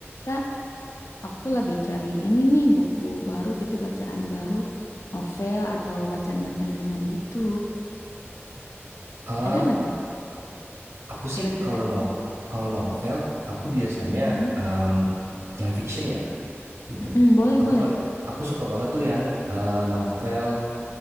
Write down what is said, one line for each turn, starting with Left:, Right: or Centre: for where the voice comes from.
Left: Kak, aku lagi cari ini nih buku baru gitu, bacaan baru, novel atau bacaan-bacaan ringan gitu.
Right: Eh,
Left: Ada nggak tuh
Right: aku sih
Left: kira-kira?
Right: kalau nov kalau novel aku biasanya
Left: Mm-mm.
Right: em, yang fiction ya gitu.
Left: Mm-mm, boleh,
Right: Aku
Left: boleh.
Right: paling aku suka banget tuh yang eh, novel